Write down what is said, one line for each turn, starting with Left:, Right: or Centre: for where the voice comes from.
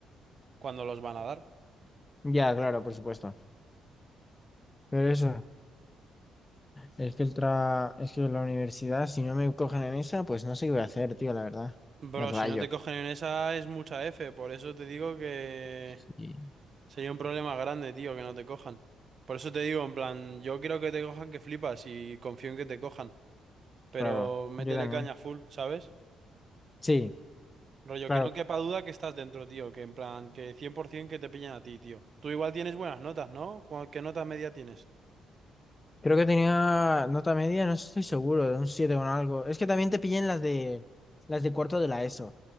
Right: cuándo los van a dar.
Left: Ya, claro, por supuesto. Pero eso, es que el tra... es que la universidad, si no me cogen en esa, pues no sé qué voy a hacer, tío, la verdad.
Right: Bro,
Left: Me rayo.
Right: si no te cogen en esa es mucha F, por eso te digo que...
Left: Sí,
Right: Sería un problema grande, tío, que no te cojan. Por eso te digo, en plan, yo quiero que te cojan que flipas y confío en que te cojan. Pero
Left: claro,
Right: métele
Left: yo también.
Right: caña full, ¿sabes?
Left: Sí,
Right: Rollo,
Left: claro.
Right: que no quepa duda que estás dentro, tío. Que en plan, que 100% que te pillan a ti, tío. Tú igual tienes buenas notas, ¿no? ¿Cu- ¿Qué nota media tienes?
Left: Creo que tenía nota media, no estoy seguro, de un 7 o un algo. Es que también te pillé en las de las de cuarto de la ESO.